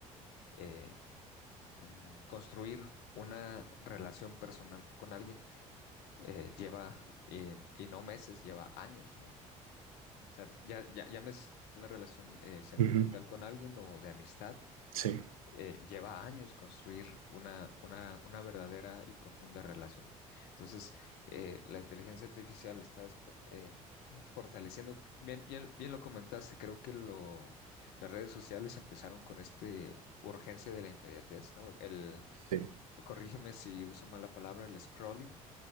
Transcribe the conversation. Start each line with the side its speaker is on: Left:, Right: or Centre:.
Left: eh, mm, construir una relación personal con alguien eh, lleva, eh, y no meses, lleva años, ¿no? O sea, ya, ya, ya me es una relación eh, sentimental
Right: Ujú.
Left: con alguien o de amistad,
Right: Sí,
Left: eh, lleva años construir una, una, una verdadera y profunda relación. Entonces, eh, la inteligencia artificial está es- eh, eh, fortaleciendo, bien, bien, bien lo comentaste, creo que lo, las redes sociales empezaron con este... urgencia de la inmediatez, ¿no? El,
Right: sí,
Left: corrígeme si uso mal la palabra, el scrolling,